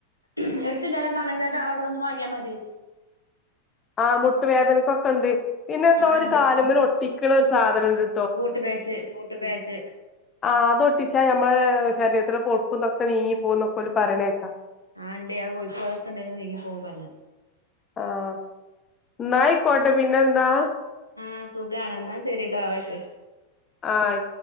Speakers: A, on the right; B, on the left.
A: ഇങ്ങക്കിങ്ങനെ പറയുന്നേട്ടാ അവിടെ വന്ന് വാങ്ങിയാ മതി.
B: ആഹ് മുട്ടുവേദനക്കൊക്കെ ഉണ്ട്. പിന്നെ എന്തോ
A: ആഹ്
B: ഒരു കാലുമ്മൽ ഒട്ടി ക്ക്ണ ഒരു സാധനം ഇണ്ട്
A: ഫൂട്ട് പേച്ച് ഫൂട്ട് പേച്ച്
B: ആഹ് അതൊട്ടിച്ചാ ഞമ്മളെ ശരീരത്തിത്തിലെ കൊഴപ്പും ഇതൊക്കെ നീങ്ങി പോവുംന്നൊക്കെ ഓല് പറയ്ണേക്കാ
A: ആഹ് ഇണ്ടേ ആ കോഴിപ്പ്കളൊക്കെണ്ടെന്ന് നീങ്ങി പോവും പറഞ്ഞ്.
B: ആഹ് ന്നാ അയിക്കോട്ടെ പിന്നെന്താ
A: ആ സുഖാണ് ന്നാ ശെരിട്ടോ ആ വെച്ചേക്ക്
B: ആഹ് അയി